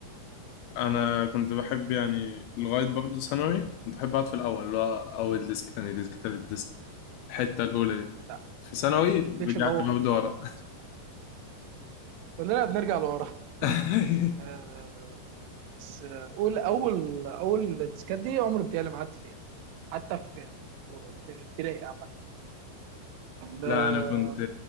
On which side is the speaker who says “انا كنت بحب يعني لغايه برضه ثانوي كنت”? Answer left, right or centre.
Left